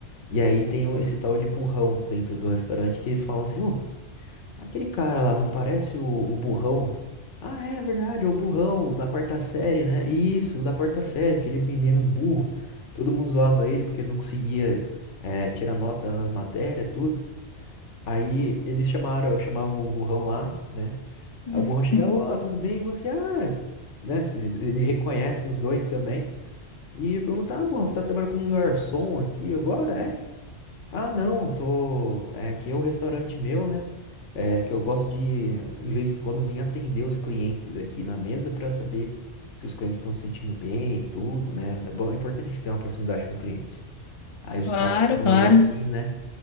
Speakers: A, on the left; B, on the left.
A: E aí tem o- esse tal de burrão dentro do restaurante que eles falam assim, ô, Aquele cara lá, não parece o, o burrão? Ah, é verdade, é o burrão, o da quarta série, né? Isso, o da quarta série, aquele menino burro. Todo mundo zoava ele porque ele não conseguia é, tirar nota nas matérias, tudo. Aí eles chamaram, chamavam o burrão lá, né?
B: <laughs>
A: Aí o burrão chegava, olá, tudo bem? E você, ah, né? se- Ele reconhece os dois também. E pergunta, ah, burrão, você tá trabalhando como um garçom aqui agora, é? Ah, não, eu tô... É, aqui é o restaurante meu, né? É que eu gosto de, de vez em quando, vir atender os clientes aqui na mesa para saber se os clientes estão se sentindo bem e tudo, né? É bom, é importante a gente ter uma proximidade com o cliente. Aí os
B: Claro,
A: caras ficaram
B: claro.
A: meio assim, né?